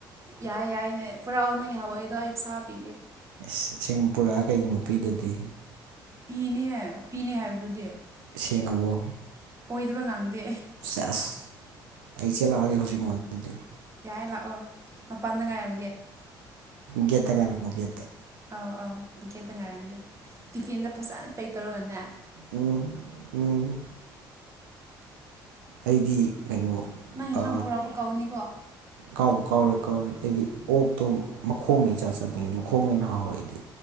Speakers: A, on the right; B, on the right.
A: ꯌꯥꯏꯌꯦ ꯌꯥꯏꯅꯦ ꯄꯨꯔꯥꯑꯣ ꯅꯪ ꯌꯥꯍꯋꯥꯏꯗꯣ ꯑꯩ ꯁꯥ ꯄꯤꯒꯦ
B: ꯑꯁꯦꯡ ꯄꯨꯔꯛꯑ ꯀꯩꯒꯨꯝꯕ ꯄꯤꯗ꯭ꯔꯗꯤ
A: ꯄꯤꯅꯦ ꯄꯤꯅꯦ ꯍꯥꯏꯕꯗꯨꯗꯤ
B: ꯁꯦꯡꯉꯕꯣ
A: ꯑꯣꯏꯗꯕ ꯉꯥꯡꯗꯦ
B: ꯁꯦꯁ ꯑꯩ ꯆꯦꯜꯂꯛꯑꯒꯦ ꯍꯧꯖꯤꯛꯃꯛ ꯑꯗꯨꯗꯤ
A: ꯌꯥꯏ ꯂꯥꯛꯑꯣ ꯃꯄꯥꯟꯗ ꯉꯥꯏꯔꯝꯒꯦ
B: ꯌꯦꯇ ꯀꯥꯏꯅꯃꯨ ꯌꯦ
A: ꯑꯧ ꯑꯥꯎ ꯒꯦꯠꯇ ꯉꯥꯏꯔꯝꯒꯦ ꯇꯤꯐꯤꯟꯗ ꯐꯖꯅ ꯄꯦꯛ ꯇꯧꯔꯒꯅꯦ
B: ꯎꯝ ꯎꯝ ꯑꯩꯗꯤ ꯀꯩꯅꯣ
A: ꯅꯪ ꯌꯦꯟꯁꯥꯡ
B: ꯑ
A: ꯄꯨꯔꯛꯄ ꯀꯧꯅꯤꯀꯣ
B: ꯀꯥꯎꯕꯨ ꯀꯥꯎꯔꯦ ꯀꯥꯎꯔꯦ ꯑꯩꯗꯤ ꯑꯣꯛꯇꯣ ꯃꯈꯣꯡꯅ ꯏꯆꯥ ꯆꯥꯅꯤꯡꯉꯤ ꯃꯈꯣꯡꯅ ꯍꯦꯟꯅ ꯍꯥꯎꯋꯦ ꯑꯩꯗꯤ